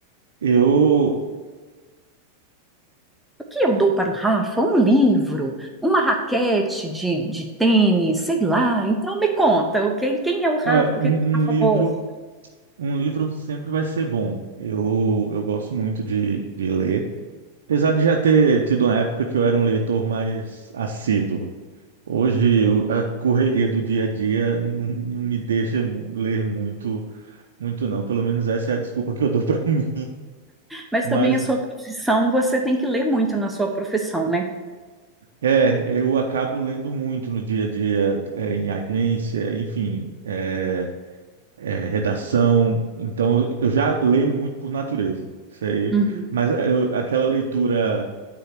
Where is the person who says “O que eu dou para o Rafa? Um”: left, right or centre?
Centre